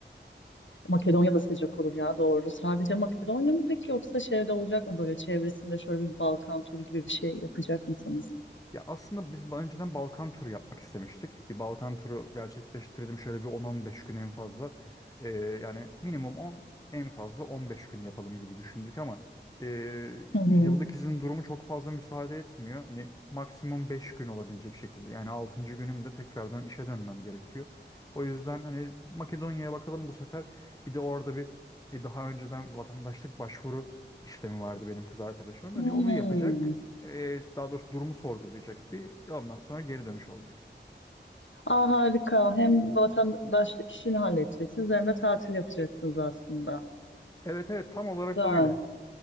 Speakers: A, on the left; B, on the left.
A: Makedonya da sıcak olur ya doğru. Sadece Makedonya mı peki yoksa şeyde olacak mı böyle çevresinde şöyle bir Balkan turu gibi bir şey yapacak mısınız?
B: Ya aslında biz daha önceden Balkan turu yapmak istemiştik. Bir Balkan turu gerçekleştirdim şöyle bir 10-15 gün en fazla. Ee, yani minimum 10 en fazla 15 gün yapalım gibi düşündük ama ee,
A: Hı hı.
B: yıllık izin durumu çok fazla müsaade etmiyor. Hani maksimum 5 gün olabilecek şekilde. Yani altıncı günümde tekrardan işe dönmem gerekiyor. O yüzden hani Makedonya'ya bakalım bu sefer. Bir de orada bir e, daha önceden vatandaşlık başvuru işlemi vardı benim kız arkadaşımın. Hani
A: Hmm.
B: onu yapacak e, daha doğrusu durumu sorgulayacak bir ondan sonra geri dönüş olacak.
A: Aa, harika. Hem vatandaşlık işini halledeceksiniz hem de tatil yapacaksınız aslında.
B: Evet evet tam olarak
A: Güzel.
B: öyle.